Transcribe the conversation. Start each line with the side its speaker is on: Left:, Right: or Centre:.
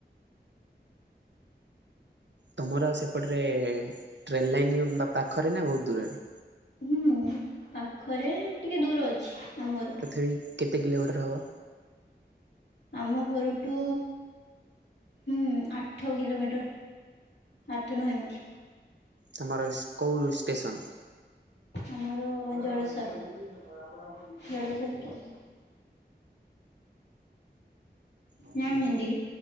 Right: ତମର ସେପଟରେ ଟ୍ରେନ୍ ଲାଇନ୍ ପାଖରେ ନା ବହୁତୂ ଦୂରରେ?
Left: ହୁଁ ପାଖରେ ଟିକେ ଦୂର ଅଛି। ଆମ ଘରଠୁ।
Right: ତଥାପି କେତେ କିଲୋମିଟର ହବ?
Left: ଆମ ଘରଠୁ ହଁ ଆଠ କିଲୋମିଟର ଆଠ ନଅ ଏମିତି।
Right: ତମର ଏସ କୋଉ ଷ୍ଟେସନ୍?
Left: ଆମର ଜଳେଶ୍ଵର ଜଳେଶ୍ଵର ଟେ
Right: ଓହୋ
Left: ଜାଣିଛନ୍ତି?